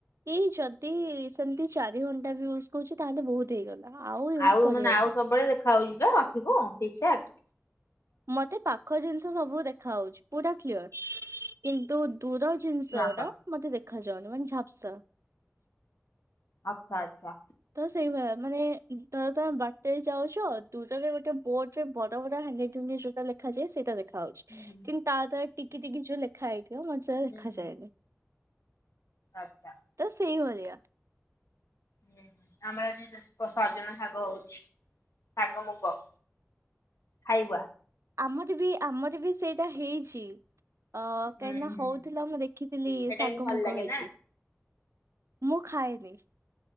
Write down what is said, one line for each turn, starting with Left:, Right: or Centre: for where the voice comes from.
Right: ଏଇ ଯଦି ସେମିତି ଚାରି ଘଣ୍ଟା ବି ୟୁଜ କୁଛି ତାହେଲେ ବହୁତ ହେଇଗଲା। ୟୁଜ
Left: ଆଉ
Right: କରିବାର
Left: ମାନେ ଆଉ
Right: ନାହିଁ।
Left: ସବୁବେଳେ ଦେଖା ହାଉଉଛି ତ ଆଖି କ ଠିକ ଠାକ?
Right: ମତେ ପାଖ ଜିନିଷ ସବୁ ଦେଖା ହଉଛି ପୁରା କ୍ଲିଅର କିନ୍ତୁ ଦୂର ଜିନିଷ
Left: ଠାକ?
Right: ଟା ମତେ ଦେଖାଯାଉନି ମାନେ ଝାପସା।
Left: ଆଚ୍ଛା ଆଚ୍ଛା।
Right: ତ ସେଇଭଳିଆ ମାନେ ତ ତମେ ବାରଟାରେ ଯାଉଛ ଦୁଟରେ ଗୋଟେ ବୋଟ ରେ ବଡ ବଡ ଲେଖାଯାଏ ସେଟା ଦେ ଦେଖା ହାଉଛି
Left: ହୁଁ
Right: କିନ୍ତୁ ତା ଦାରା ଟିକି ଟିକି ଯୋଉ ଲେଖା ହେଇଥିବ ମୋତ
Left: ହୁଁ
Right: ଲେଖାଯାଏନି।
Left: ଆଚ୍ଛା।
Right: ତ ସେଇ ଭଳିଆ।
Left: ହୁଁ ଆମର ଆଜି ସଜନା ଶାଗ ହଉଚି ଶାଗ ମୁଗ। ଖାଇବୁ ଆ।
Right: ଆମର ବି ଆମର ବି ସେଇଟା ହେଇଛି। ଅ
Left: ହୁଁ
Right: କାହିଁକି ନା
Left: ହୁଁ
Right: ହଉଥିଲା ମୁଁ ଦେଖିଥିଲି
Left: ସେଇଟା
Right: ଶାଗ
Left: କିନ୍ତୁ ଭଲ
Right: ମୁଗ
Left: ଲାଗେ
Right: ହେଇକି।
Left: ନା?
Right: ମୁଁ ଖାଇନି।